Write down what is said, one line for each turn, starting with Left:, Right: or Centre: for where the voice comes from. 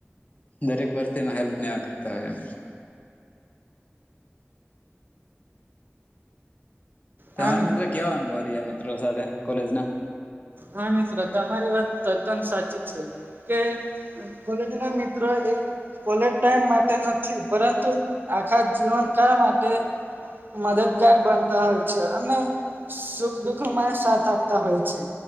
Left: દરેક ભરતીના હેલ્પ નહીં કરતાં હોય એમ
Right: હા
Left: તમારે
Right: મિત્રો
Left: મિત્ર કેવાં અનુભવ રહ્યાં મિત્રો સાથે કોલેજ ના
Right: હા મિત્ર તમારી વાત તદ્દન સાચી છે કે કોલેજ ના મિત્ર એ કોલેજ ટાઈમ માટે નથી પરંતુ આખાં જીવનકાળ માટે મદદગાર બનતાં હોય છે અને સુખ દુઃખમાં સાથ આપતા હોય છે